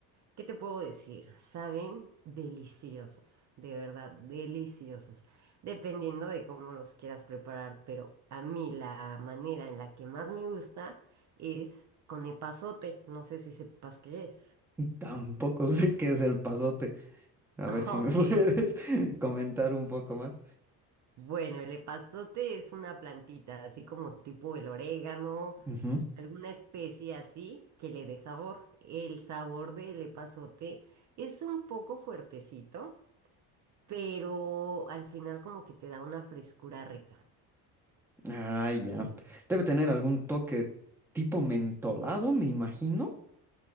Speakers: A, on the right; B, in the centre.
A: ¿qué te puedo decir? Saben deliciosos, de verdad, deliciosos, dependiendo de cómo los quieras preparar, pero a mí la manera en la que más me gusta es con epazote, no sé si sepas qué es.
B: tampoco <laughs> sé qué es el pasote. A
A: <laughs>
B: ver si
A: Ok.
B: me <laughs> puedes comentar un poco más.
A: Bueno, el epazote es una plantita, así como tipo el orégano,
B: Ujú.
A: alguna especie así que le dé sabor. El sabor del epazote es un poco fuertecito, pero al final como que te da una frescura rica.
B: Ah, ya. Debe tener algún toque tipo mentolado, me imagino.